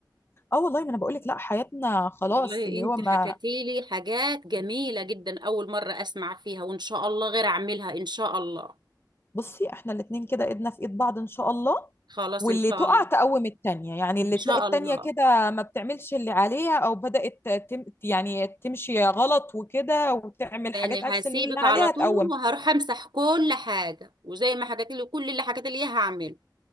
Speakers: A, on the left (about 30°); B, on the right (about 70°).
A: اه والله ما انا بقولك لا حياتنا خلاص
B: والله
A: اللي
B: انت
A: هو ما
B: حكيتي لي حاجات جميلة جدا اول مرة اسمع فيها وان شاء الله غير اعملها ان شاء الله
A: بصي احنا الاتنين كده ايدنا في ايد بعض ان شاء الله
B: خلاص
A: واللي
B: ان شاء
A: تقع
B: الله
A: تقوم التانية يعني
B: ان
A: اللي
B: شاء
A: تلاقي التانية
B: الله
A: كده ما بتعملش اللي عليها او بدأت تم يعني تمشي غلط وكده وتعمل
B: انا
A: حاجات عكس
B: هسيبك
A: اللي قلنا عليها
B: على طول
A: تقوم
B: وهروح امسح كل حاجة وزي ما حكيتي لي كل اللي حكيتي لي اياه هعمله